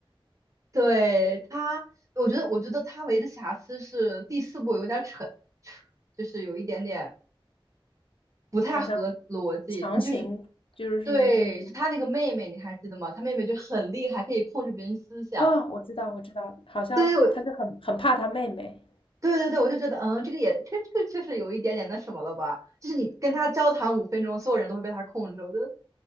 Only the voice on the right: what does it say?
对他，我觉得我觉得他唯一的瑕疵是第四部有点扯，就是有一点点不太合逻辑。
就是对，是他那个妹妹，你还记得吗？他妹妹就很厉害，可以控制别人思想。
对。对对对，我就觉得，嗯，这个也，这这个确实有一点点那什么了吧？就是你跟他交谈五分钟，所有人都会被他控制。我觉得，